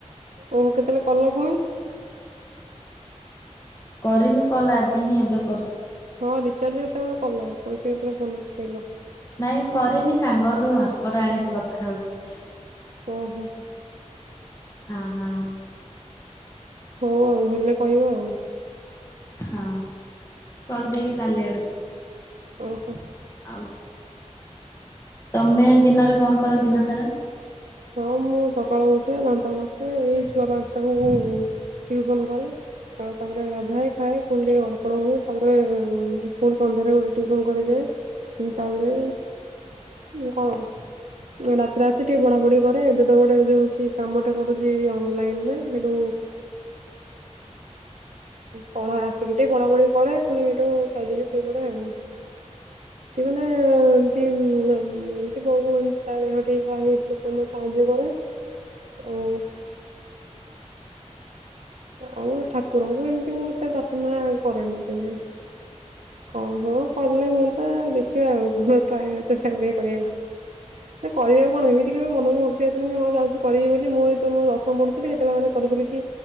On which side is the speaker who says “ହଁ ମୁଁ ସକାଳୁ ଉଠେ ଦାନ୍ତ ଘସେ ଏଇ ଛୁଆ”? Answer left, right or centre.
Right